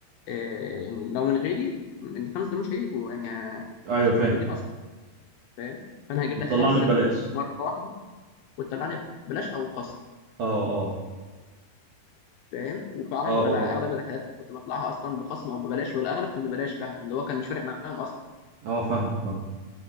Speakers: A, on the left (about 75°); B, on the right (about 65°).
A: أه يعني لو من غيري من الخمسه دول مش هيجوا يعني ه-
B: أيوه
A: مش هيبقوا
B: فاهم
A: موجودين اصلا فاهم فانا هجيب
B: وتطلعني
A: لك خمسه
B: ببلاش
A: مره واحده وتطلعني ببلاش او خصم
B: اه اه
A: فاهم وفعلا
B: اه اه
A: انا اغلب الرحلات كنت بطلعها اصلا بخصم او ببلاش والاغلب كان ببلاش فعلا اللي هو كان مش فارق معاهم اصلا
B: اه فاهم فاهم